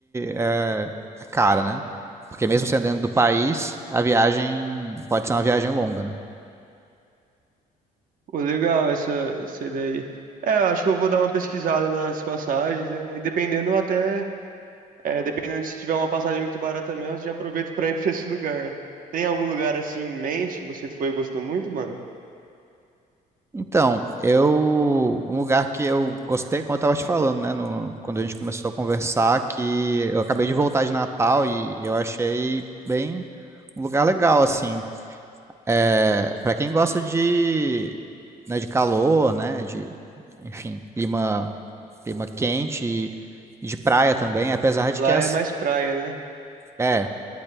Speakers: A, on the right (about 15°); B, on the right (about 60°).
A: é, é cara, né? Porque mesmo sendo dentro do país, a viagem pode ser uma viagem longa, né?
B: Pô, legal essa, essa ideia aí. É, eu acho que eu vou dar uma pesquisada nas passagens, né? E dependendo até, é, dependendo se tiver uma passagem muito barata mesmo, eu já aproveito pra ir pra esse lugar. né? Tem algum lugar assim em mente que você foi e gostou muito, mano?
A: Então, eu, um lugar que eu gostei, como eu estava te falando, né, no- quando a gente começou a conversar, que eu acabei de voltar de Natal e eu achei bem um lugar legal, assim. É, para quem gosta de, né, de calor, né, de, enfim, clima, clima quente e, e de praia também, apesar de
B: Lá
A: que as,
B: é mais praia, né?
A: é,